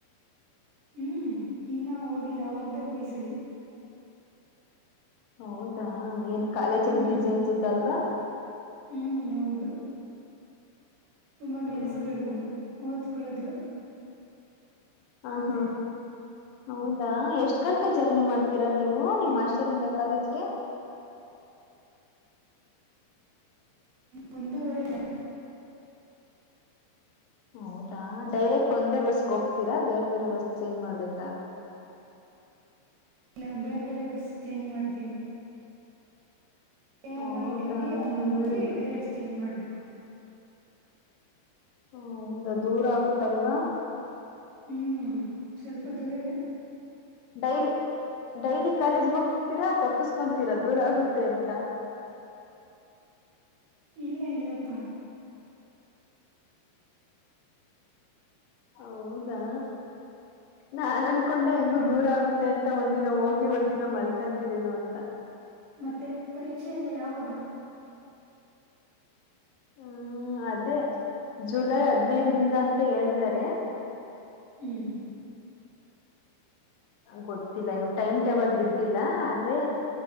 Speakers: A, on the right; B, on the left.
A: ಹ್ಮ್ ಇನ್ನ ಹೋಗಿಲ್ಲ ಹೋಗ್ಬೇಕು ಈಸಲಿ
B: ಹೌದಾ ಏನ್ ಕಾಲೇಜಲ್ಲಿ
A: ಹ್ಮ್
B: ಬುಿಸಿಿ ಅನ್ಸುತ್ತ ಅಲ್ವಾ
A: ಹ್ಮ್ ಹೌದು ತುಂಬಾ
B: ಹ್ಮ್
A: ಕೆಲ್ಸಗಳು ಓದ್ಕೊಳ್ಳೋದು
B: ಹಾ
A: ಇರುತ್ತೆ
B: ಹಾ ಹೌದಾ ಎಷ್ಟ್ ಗಂಟೆ ಜರ್ನಿ ಮಾಡ್ತೀರಾ ನೀವು
A: ಹ್ಮ್
B: ನಿಮ್ಮ್ ಅಸ್ನಿಂದ ಕಾಲೇಜ್ಗೆ
A: ಮುಂದುವರೆ ಟಿ
B: ಹೌದಾ ಡೈರೆಕ್ಟ್ ಒಂದೇ ಬಸ್ಗೆ ಹೋಗ್ತೀರಾ ಬೇರೆ ಬೇರೆ ಬಸ್ ಚೇಂಜ್ ಮಾಡ್ಬೇಕಾ
A: ಇಲ್ಲ ಬೇರೆ ಬೇರೆ ಬಸ್ ಚೇಂಜ್ ಮಾಡ್ತೀವಿ ಹೇರ್
B: ಹೌದಾ
A: ಮಾರ್ಕೆಟ್ ಹೋಗಿ
B: ಹಂಗಾರೆ
A: ಅಂದ ಮುಂದಿ
B: ದೂ
A: ಬೇರೆ ಚೇಂಜ್ ಮಾಡ್ಬೇಕು
B: ಹ ಹೌದಾ ದೂರ ಆಗುತ್ತಲ್ವಾ
A: ಹ್ಮ್ ಸ್ವಲ್ಪ ದೂರನೇ
B: ಡೈಲಿ ಡೈಲಿ ಕಾಲೇಜ್ಗೆ ಹೋಗ್ತೀರಾ ತಪ್ಪಸ್ಕೊತೀರಾ ದೂರ ಆಗುತ್ತೆ ಅಂತ
A: ಇಲ್ಲ ಇಲ್ಲಪ್ಪ
B: ಹೌದಾ ನಾನ ಕಕೊಂಡೆ ಹೆಂಗು
A: ಹ್ಮ್
B: ದೂರ ಆಗುತ್ತೆ ಅಂತ ಒಂದ ದಿನ ಹೋಗಿ ಒಂದಿನ ಮಲ್ಕೊಂತಿರೇನು ಅಂತ
A: ಮತ್ತೆ ಪರೀಕ್ಷೆ ಎಲ್ಲ ಯಾವಾಗ
B: ಹ್ಮ್ ಅದೇ ಜುಲೈ ಹದ್ನೈದರಿಂದ ಅಂತ ಹೇಳಿದ್ದಾರೆ
A: ಹ್ಮ್
B: ಗೊತ್ತಿಲ್ಲ ಇನು ಟೈಮ್ ಟೇಬಲ್ ಬಿಟ್ಟಿಲ್ಲ ಆದ್ರೆ